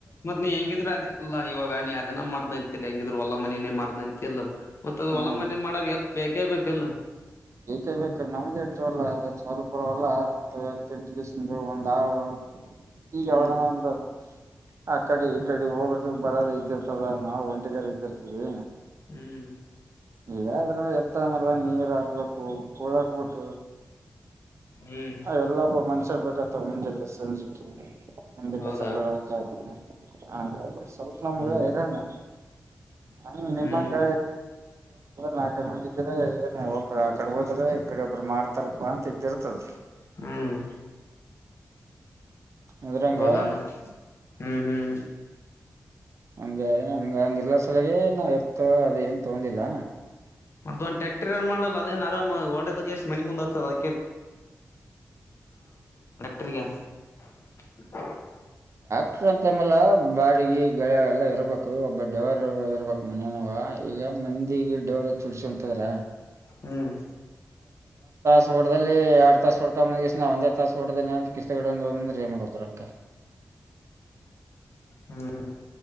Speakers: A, on the left (about 45°); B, on the right (about 55°).
A: ಮತ್ ನೀ ಹೆಂಗಿದ್ರರು ಅದೇ ಅಲ್ಲ ಇವಾಗ ನೀ ಅದನ ಮಾಡ್ತಂತಲ್ಲ ಹೆಂಗಿದ್ರು ಒಳ್ಳೆ ಮನಿನೇ ಮಾಡ್ತೀನಿ ಅಂತಿಲ್ಲೋ ಮತ್ತ ಅದ
B: ಹ್ಮ್
A: ಹೊಲ ಮನಿ ಮಾಡುದ್ರಾ ಎತ್ ಬೇಕೇ ಬೇಕಲ್ಲ
B: ಬೇಕೇ ಬೇಕು ನಮ್ದ ಇಷ್ಟಲ್ಲ ಸ್ವಲ್ಪುರವಲ್ಲ ಎತ್ತು ಗಸಂದು ಒಂದ್ ಆಳು ಈಗ
A: ಹ್ಮ್
B: ಯಾವ್ದನ ಒಂದು ಆ ಕಡೆ ಈ ಕಡೆ ಹೋಗೋದು ಬರೋದು ಇದ್ದಿರ್ತದ ನಾವು ಒಂಟಿಗಾರ ಇದ್ದಿರ್ತೀವಿ
A: ಹ್ಮ್
B: ಇದಾದ್ರು ಎತ್ತ ಮಲ್ಲ ನೀರ್ ಹಾಕ್ಬೇಕು ಕೂಳ ಹಾಕ್ಬೇಕು
A: ಹ್ಮ್
B: ಅವೆಲ್ಲ ಒಬ್ಬ ಮನುಷ್ಯರು ಬೇಕತ್ತವ ಮುಂಜಾನೆ ಸಂಜೆಕ್ಕೆ ಹಿಂದೆ
A: ಹೌದಾ
B: ಕಸ ಬಳಿಯಕ ಹಾಗ್ರೆ ಸ್ವಲ್ಪ ನಮ್ಗ
A: ಹ್ಮ್
B: ಇರೋಣ ಹಂಗ ನಿಮ್ಮಂಗ
A: ಹ್ಮ್
B: ನಾಲ್ಕ್ ಐದ್ ಮಂದಿ ಇದ್ರೆ ಒಬ್ಬ ಆ ಕಡೆ ಹೋದ್ರ ಈ ಕಡೆ ಒಬ್ರು ಮಾಡ್ತಾರಪ್ಪಾ ಅಂತ ಇದ್ದಿರ್ತದ
A: ಹ್ಮ್
B: ಇದ್ರಂಗ
A: ಹೌದಾನ ಹ್ಮ್ ಹ್ಮ್
B: ಹಂಗ ಹಂಗ ಹಂಗ ಇಲ್ಲ ಸಲ್ವಾಗಿ ನಾವ್ ಎತ್ ಅದ ಏನ್ ತಗೊಂಡಿಲ್ಲ
A: ಮತ್ ಒಂದ ಟ್ಯಾಕ್ಟರ್ ಆನ್ ಮಾಡಲ ಅದೇನ್ ಆರಾಮ ಮಣ ಮುಂದೆ ಆಗ್ತದ ಕಕ್ಟ್ರ <unintelligible> ಹ <inaudible>
B: ಅಂತ ಅಂದ್ ಮೇಲೆ ಬಾಡಿಗೆ ಳೆ ಎಲ್ಲಾ ಇರಬೇಕು ಒಬ್ಬ ಡ್ರೈವರ್ ಇರಬೇಕ್ ಮನಿ ಒಳಗ ದಿಿಗೆ ಡೋರ ಚುಡ್ಸಂಂತದ್ರ <unintelligible>
A: ಹ್ಮ್
B: ತೋಟದಲ್ಲಿ ಎರಡ್ ತಾಸ್ ಹೊಡ್ಕೊಂಡ ಮುಾ ಒಂದೇ ತಾಸ ಹೊಡ್ದೇನೆ ಅಂತ ಕಿಸ್ತಡಂದ್ರ ಏನ್ ಮಾಡಬೇಕು ರೊಕ್ಕ
A: ಹ್ಮ್